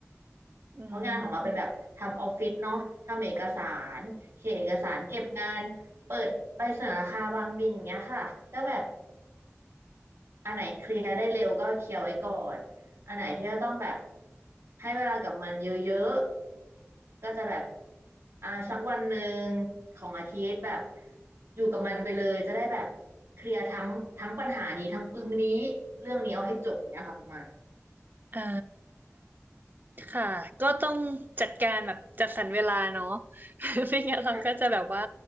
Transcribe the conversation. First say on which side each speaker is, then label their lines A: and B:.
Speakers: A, on the right; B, on the right.
A: อื
B: เพราะงานของเราเป็นแบบทำออฟฟิศเนาะทำเอกสารเขียนเอกสารเก็บงานเปิดใบเสนอราคาวางบินอย่างเงี้ยค่ะก็แบบ
A: ม
B: อันไหนเคลียร์ได้เร็วก็เคลียร์ไว้ก่อนอันไหนที่เราต้องแบบให้เวลากับมันเยอะๆก็จะแบบอ่าสักวันหนึ่งของอาทิตย์แบบอยู่กับมันไปเลยจะได้แบบเคลียร์ทั้งทั้งปัญหานี้ทั้งปึงนี้เรื่องนี้เอาให้จบเนี้ยค่ะคุณหมาย
A: อ่า ค่ะก็ต้องจัดการแบบจัดสรรเวลาเนาะ <laughs> ไม่งั้นเราก็จะแบบว่า
B: ใช่